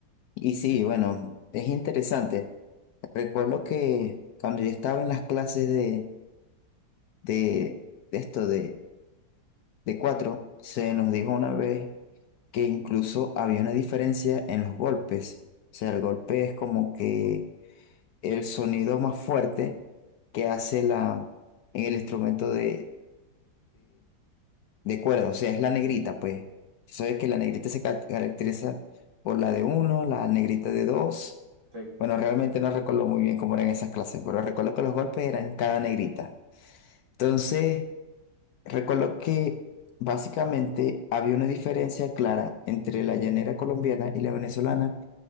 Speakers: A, on the left (about 70°); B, on the right (about 65°).
A: Y sí,
B: Sí.
A: bueno, es interesante. Recuerdo que cuando yo estaba en las clases de, de, de esto de, de cuatro,
B: Y-
A: se
B: ajá,
A: nos dijo una vez que incluso había una diferencia en los golpes. O sea, el golpe es como que el sonido más fuerte que hace la, en el instrumento de, De acuerdo, o sea, es la negrita, pues. Si sabes que la negrita se ca- caracteriza por la de uno, la negrita de dos.
B: sí.
A: Bueno, realmente no recuerdo muy bien cómo eran esas clases, pero recuerdo que los golpes eran cada negrita. Entonces, recuerdo que básicamente había una diferencia clara entre la llanera colombiana y la venezolana